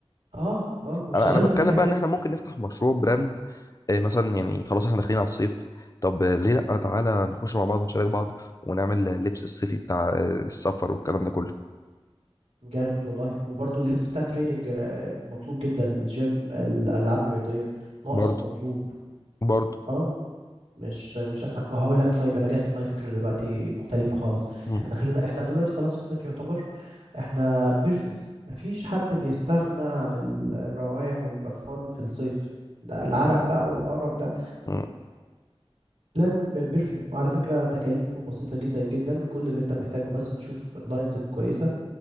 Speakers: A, on the right; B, on the left.
A: اه اه واشتغلت
B: انا انا بتكلم
A: في حاجات
B: بقى ان احنا ممكن نفتح مشروع براند آه، مثلا يعني خلاص احنا داخلين على الصيف طب آه، ليه لا تعالى نخش مع بعض نشارك بعض ونعمل لبس الصيفي بتاع آه، السفر والكلام ده كله
A: جامد والله وبرضه اللبس بتاع التريننج آه، مطلوب جدا الجيم الالعاب الرياضيه ناقص
B: برضو
A: ومطلوب
B: برضو
A: اه مش مش اسهل وهقول لك طيب انا جات في دماغي فكره دلوقتي مختلفه خالص
B: مم.
A: احنا داخلين احنا دلوقتي خلاص في الصيف يعتبر احنا بيرفيومز مفيش حد بيستغنى عن الروائح والبرفان في الصيف ده العرق بقى والقرف ده
B: مم.
A: فلازم بيرفيوم وعلى فكرة تكاليفه بسيطة جدا جدا كل اللي انت محتاجه بس تشوف لاينز كويسة